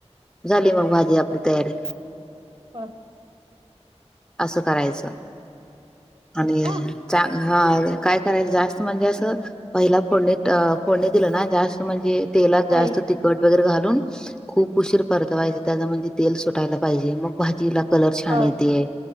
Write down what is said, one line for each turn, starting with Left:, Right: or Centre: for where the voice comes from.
Centre: झाली मग भाजी आपली तयारी
Right: बर
Centre: असं करायचं आणि
Right: होय
Centre: चां ह काय करायचं जास्त अस पहिोड फोडणी दिलं ना जास्त म्हणजे तेला जास्त
Right: होय
Centre: तखट वगैरे घालून खूप उशीर परतवायचे त्याच म्हणजे तेल सुटायला पाहिजे मग भाजीला कलर छान येते
Right: होय